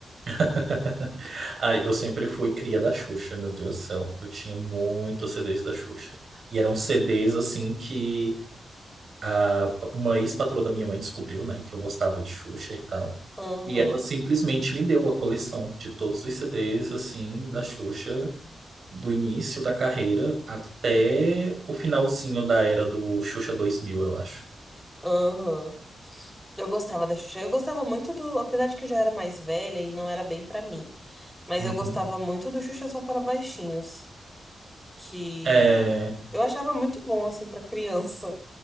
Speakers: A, on the right (about 60°); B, in the centre.
A: <laughs> Ai, eu sempre fui cria da Xuxa, meu Deus do céu. Eu tinha muitos CDs da Xuxa. E eram CDs, assim, que a, uma ex-patroa da minha mãe descobriu, né, que eu gostava de Xuxa e tal.
B: Aham,
A: E ela simplesmente me deu a coleção de todos os CDs, assim, da Xuxa, do início da carreira até o finalzinho da era do Xuxa dois mil eu acho.
B: aham. Eu gostava da Xuxa. Eu gostava muito do. Apesar de que eu já era mais velha e não era bem pra mim. Mas
A: Uhum.
B: eu gostava muito do Xuxa Só para Baixinhos. Que
A: É...
B: eu achava muito bom, assim, pra criança.